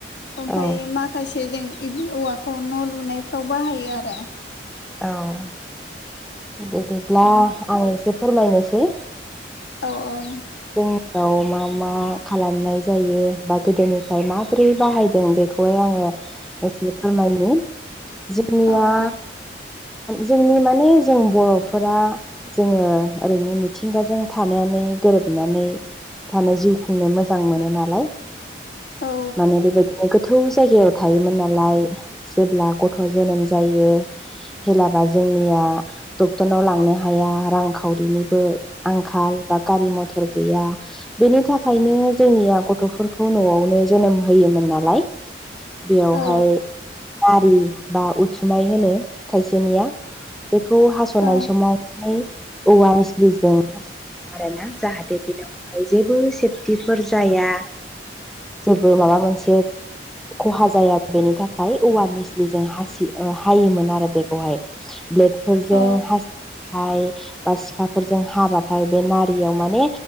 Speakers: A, on the left; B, in the centre.
A: ओमफफ्राय
B: औ
A: माख माखासे जों औवाखौ न' लुनायफ्राव बाहायो आरो।
B: औ बिदिब्ला
A: औ
B: आं एसे फोरमायनोसै
A: औ औ।
B: जांनिआव मा मा खालामनाय जायो बा गोदोनिफ्राय माबोरै बाहायदों बेखौहाय आं एसे फोरमायनि जोंनिया
A: औ दे
B: जोंनि मानि जों बर'फोरा जोङो ओरैनो मिथिंगाजों थानानै गोरोब नानै थानो जिउ खुंनो मोजां मोनो नालाय।
A: औ
B: माने बेबायदि गोथौ जायगायाव थायोमोन नालाय जेब्ला गथ' जोनोम जायो। हेलाबा जोंनिया डक्टरनाव लांनो हाया रांखावरिनिबो आंखाल बा गारि मथर गैया बेनि थाखायनो जोंनिया गथ'फोरखौ न'आवनो जोनोम होयोमोन नालाय बेयावहाय
A: औ
B: आरि बा उथुमाय होनो खायसेनिया बेखौ हास'नाय
A: औ
B: समावहाय औवा इस्लिजों हास आरोना जाहाथे बेनावहाय जेबो सेफटिफोर जाया जेबो माबा मोनसे खहा जाया बेनि थाखाय औवार निस्लि जों हासि हायोमोन आरो बेखौहाय ब्लेड फोरजों
A: औ
B: हासबथाय बा सिखाफोरजों हाबाथाय बे नारियाव माने